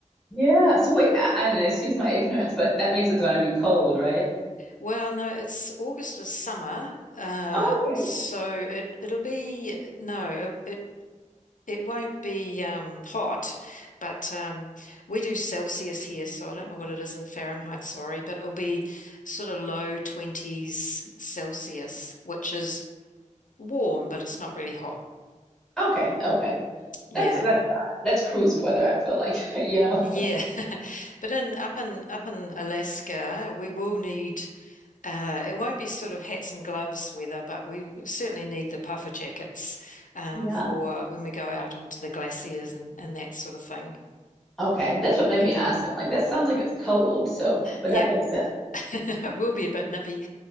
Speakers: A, in the centre; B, on the left.
A: Yeah. So wait, I, I, excuse my ignorance, but that means it's going to be cold, right?
B: Well, no, it's August is summer, uh,
A: Okay.
B: so it it'll be no, it it won't be um, hot, but um, we do Celsius here, so I don't know what it is in Fahrenheit. Sorry, but it'll be sort of low twenties Celsius, which is warm, but it's not really hot.
A: Okay. Okay.
B: Yeah,
A: That's that's fine. that's cruise weather, I feel like, <laughs> you know.
B: yeah, <laughs> but in up in up in Alaska, we will need. Uh, it won't be sort of hats and gloves weather, but we certainly need the puffer jackets um,
A: Yeah.
B: for when we go out onto the glaciers and, and that sort of thing.
A: Okay, that's what made
B: Yeah,
A: me ask. I'm like, that sounds like it's cold. So, but
B: yeah,
A: that makes sense.
B: <laughs> it will be a bit nippy.